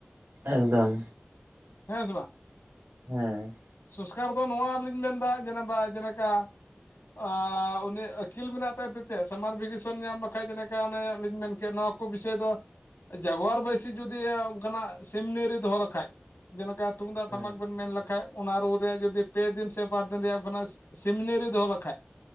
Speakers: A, on the right; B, on the left.
A: ᱮᱠᱫᱚᱢ,
B: ᱦᱮᱸ ᱥᱮ ᱵᱟᱝ,
A: ᱦᱩᱸ
B: ᱥᱚᱥᱠᱟᱨ ᱫᱚ ᱱᱚᱣᱟ ᱞᱤᱧ ᱢᱮᱱᱫᱟ ᱡᱮᱞᱮᱠᱟ ᱡᱮᱞᱮᱠᱟ, ᱟᱸ ᱩᱱᱤ ᱟᱹᱠᱤᱞ ᱢᱮᱱᱟᱜ <unintelligible> ᱛᱟᱭ। ᱥᱟᱢᱟᱨ ᱵᱷᱮᱠᱮᱥᱚᱱ ᱧᱟᱢ ᱵᱟᱠᱷᱟᱡ ᱡᱮᱞᱮᱠᱟ ᱚᱱᱮ ᱞᱤᱧ ᱢᱮᱱ ᱠᱮᱫ ᱱᱚᱣᱟ ᱠᱚ ᱵᱤᱥᱚᱭ ᱫᱚ, ᱡᱟᱜᱽᱣᱟᱨ ᱵᱟᱹᱭᱥᱤ ᱡᱩᱫᱤ ᱚᱱᱠᱟᱱᱟᱜ ᱥᱤᱢᱱᱤᱨᱤ ᱫᱚᱦᱚ ᱞᱮᱠᱷᱟᱡ, ᱡᱮᱞᱮᱠᱟ ᱛᱩᱢᱫᱟᱜ
A: ᱦᱮᱸ
B: ᱴᱟᱢᱟᱠ ᱵᱮᱱ ᱢᱮᱱ ᱞᱮ ᱠᱷᱟᱡ ᱚᱱᱟ ᱨᱩ ᱨᱮ ᱡᱩᱫᱤ ᱯᱮ ᱫᱤᱱ ᱥᱮ ᱵᱟᱨ ᱫᱤᱱ ᱨᱮᱭᱟᱜ ᱢᱟᱱᱮ ᱥᱤᱢᱱᱤ ᱨᱮ ᱫᱚᱦᱚ ᱞᱮᱠᱷᱟᱡ,